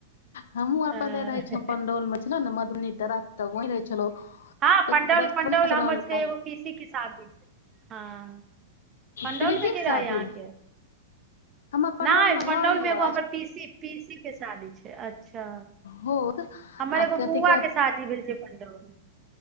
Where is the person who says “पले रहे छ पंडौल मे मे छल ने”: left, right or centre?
Left